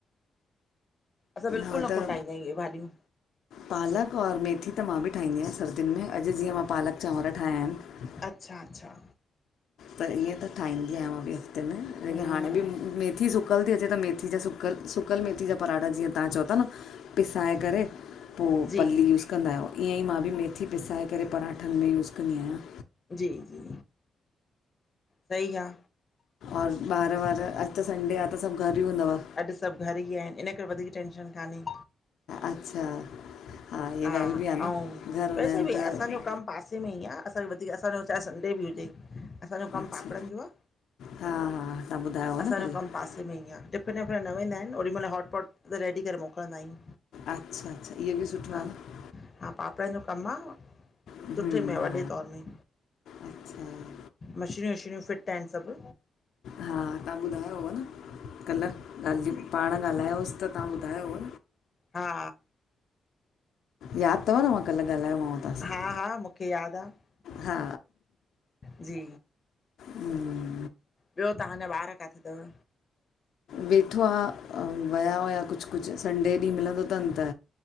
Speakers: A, on the left (about 30°); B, on the left (about 80°).
A: असां बिल्कुल
B: हा
A: न
B: त
A: खुटाईंदायूं आहियु आहे भाॼियूं।
B: पालक और मेथी त मां बि ठाहींदी आहियां सर्दियुनि में अॼु जीअं मां पालक चांवर ठाहिया आहिनि।
A: अच्छा अच्छा
B: त ईअं त ठाहींदी आहियां मां बि हफ़्ते में
A: हम्म
B: लेकिन हाणे
A: हम्म
B: बि मेथी सुखी सुकियल थी अचे त मेथी जा सुकियल सुकियल मेथी जा पराठा जीअं तव्हां चओ था न पिसाए करे पो
A: जी
B: पल्ली यूस कंदा आहियो, ईअं ई मां बि मेथी पिसाए करे पराठनि में यूस कंदी आहियां।
A: जी जी सही आ।
B: और ॿार वार अॼु त संडे आ त सब घर ही हूंदव?
A: अॼु सब घर ही आहिनि इन करे वधीक टेंशन कान्हे।
B: अच्छा। इहा
A: हा
B: ॻाल्हि बि आहे न
A: अऊ
B: घर हूंदा
A: वैसे
B: आहिनि
A: बि
B: त
A: असांजो कम पासे पासे में ही आ, असांजो वधीक असांजो चाहे संडे बि हुजे। असांजो कम
B: अच्छा
A: पापड़नि जो आ
B: हा हा तव्हां ॿुधायो हुआ
A: असांजो
B: न कल्ह
A: कम पासे में ही आ टिफिन विफ़िन न वेंदा आहिनि ओॾी महिल हॉटपॉट रेडी करे मोकिलंदा आहियूं।
B: अच्छा अच्छा इहो बि सुठो
A: हा
B: आ न।
A: हा पापड़नि जो कम आ
B: हम्म
A: सुठे में आ वॾे
B: हा
A: तौर में।
B: अच्छा
A: मशीनियूं वछीनियूं फिट आहिनि सभ।
B: हा तव्हां ॿुधायो हुव न, कल्ह ॻाल्हि जी पाण ॻाल्हायोसि त तव्हां ॿुधायो हुव
A: हा
B: याद तव न मां कल्ह ॻाल्हायोमांव तव्हां सां?
A: हा हा मूंखे यादि आहे
B: हा
A: जी
B: हम्म
A: ॿियो तव्हांजा ॿार काथे तव?
B: वेठो आ, वया हुआ कुछ कुछ संडे ॾींहुं मिलंदो तनि त